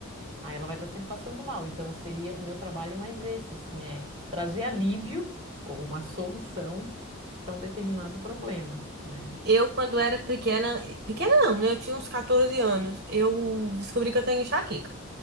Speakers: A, on the right; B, on the right.
A: Aí ela vai estar sempre passando mal. Então, seria o meu trabalho é mais esse, assim, é trazer alívio ou uma solução para um determinado problema, né?
B: Eu, quando era pequena, pequena não, né? Eu tinha uns 14 anos. Eu descobri que eu tenho enxaqueca.